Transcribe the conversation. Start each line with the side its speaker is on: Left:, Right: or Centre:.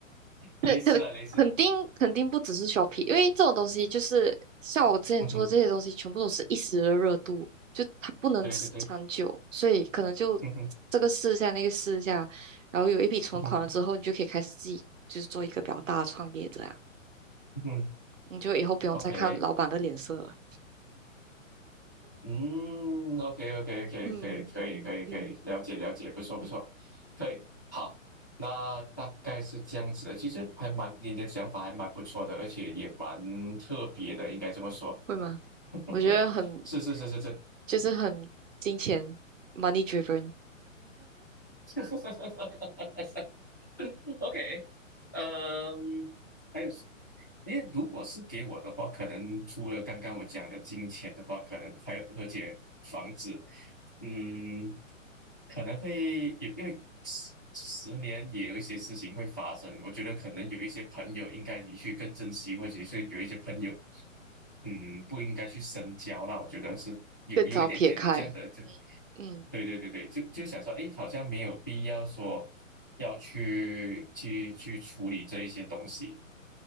Right: 可可肯定肯定不只是
Left: 类似啊类似，
Right: Shopee，因为这种东西就是像我之前做的这些东西，
Left: 嗯哼，
Right: 全部都是一时的热度，就它不能持长久，
Left: 对对对，
Right: 所以可能就这个试一下那个试一下，
Left: 嗯哼
Right: 然后有一笔存款了之后，
Left: 嗯哼
Right: 你就可以开始自己就是做一个比较大的创业者啊，
Left: 嗯哼
Right: 你就以后不用再看老板的脸色了。
Left: ，OK，嗯，OK OK OK 可以可以可以可以，
Right: 嗯嗯嗯
Left: 了解了解，不错不错，
Right: 嗯，
Left: 可以，好，那大概是这样子的，其实还蛮你的想法还蛮不错的，而且也蛮特别的，应该这么说，
Right: 会吗？
Left: <laughs>
Right: 我觉得很。
Left: 是是是是是。
Right: 就是很金钱 money driven，
Left: <laughs> <laughs> OK，嗯，还有，因为如果是给我的话，可能除了刚刚我讲的金钱的话，可能还有而且房子，嗯，可能会有，因为十十年也有一些事情会发生。我觉得可能有一些朋友应该你去更珍惜，或者是有一些朋友，嗯，不应该去深交啦。我觉得是有有一点姐姐这样的，
Right: 更早撇开。
Left: 就
Right: 嗯，嗯
Left: 对对对对，就就想说，哎，好像没有必要说要去去去处理这一些东西。